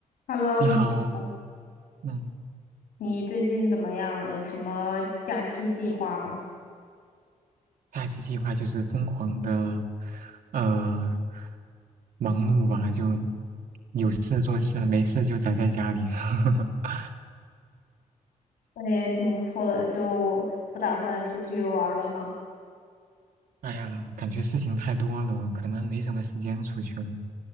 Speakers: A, on the left; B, on the right.
A: Hello，
B: 你好，
A: 你好，
B: 嗯，
A: 你最近怎么样？有什么假期计划吗？
B: 假期计划就是疯狂的，呃，忙碌吧，就有事做事，没事就宅在家里。<laughs>
A: 那也挺不错的，就不打算出去玩儿了吗？
B: 哎呀，感觉事情太多了，可能没什么时间出去了。